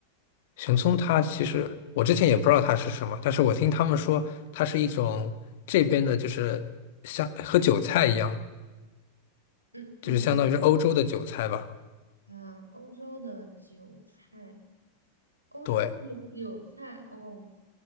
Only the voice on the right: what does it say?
嗯嗯，
啊，欧洲的韭菜。欧洲它的韭菜哦，